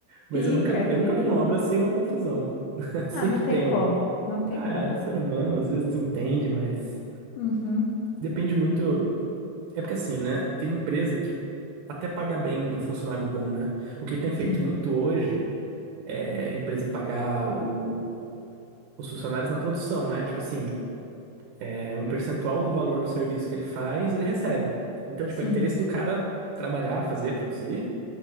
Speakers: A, on the right; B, on the left.
A: Mas
B: Pica,
A: eu nunca,
B: é feio.
A: eu nunca vi uma obra sem uma confusão. <laughs> Sempre
B: Ah, não tem
A: tem
B: como,
A: alguém.
B: não tem
A: Ah,
B: como.
A: é ser humano, às vezes desentende, mas
B: Uhum,
A: depende muito. É porque assim, né? Tem empresa que até paga bem um funcionário bom, né? O que tem feito
B: sim,
A: muito hoje é a empresa pagar o- os funcionários na produção, né? Tipo assim. É um percentual do valor do serviço que ele faz, ele recebe. Então, tipo,
B: sim.
A: é interesse do cara trabalhar, fazer, produzir,